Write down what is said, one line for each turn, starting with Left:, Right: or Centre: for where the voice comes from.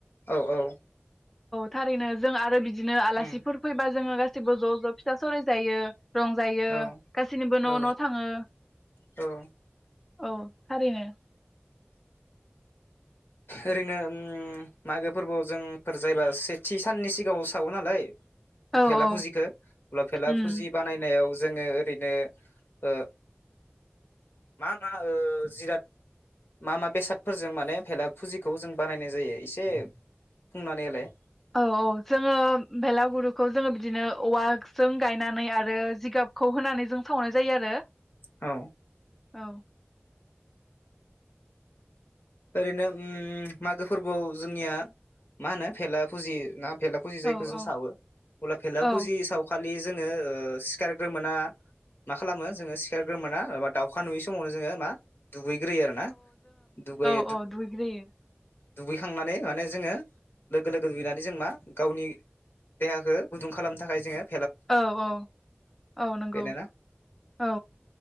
Left: औ औ
Centre: थारैनो जों आरो बि दिनो आलासिफोर
Left: उम
Centre: फैबा जोंङो गा सिबो ज-ज फिथा सौराय जायो। रंजायो
Left: औ
Centre: गासैनिबो
Left: औ
Centre: न'-न'थाङो ।
Left: औ
Centre: औ थारैनो
Left: ओरैनो उम मागो फोरबोआव जोंफोर जायोबा सेथि साननि सिगाङाव सावो नालाय
Centre: औ
Left: भेला
Centre: औ
Left: फुजिखौ बा भेला
Centre: उम
Left: फुजि बानायनायाव जोंङो ओरैनो ओ मा मा ओ जिराद मा मा बेसादफोरजों माने भेला फुजिखौ जों बानायनाय जायो एसे बुंनानैलाय होलाय
Centre: औ औ जोंङो बेलागुरुखौ जोंङो बिदिनो औवाजों गायनानै आरो जिगाबखौ होनानै सावनाय जायो आरो।
Left: औ
Centre: औ
Left: ओरैनो अम मागो फोरबोआव जोंनिया माहोनो भेला फुजियो भेलाफुजि जायखौ
Centre: औ
Left: जों
Centre: औ
Left: सावो अब्ला भेललाफुजि
Centre: औ
Left: सावखालि जोंङो ओ सिखारग्रोमोना मा खालामो जोंङो सिखारग्रोमोनाा दाउखा नुयि समावनो जोंङो मा दुगैग्रोयो आरो ना दुगै
Centre: अ दुगैग्रोयो
Left: दुगैखांनानै माने जोंङो लोगो लोगो दुगैनानै जों मा गावनि देहाखो गुदुं खालामनो थाखाय जोंङो
Centre: औ औ औ नंगौ
Left: बेनोना
Centre: औ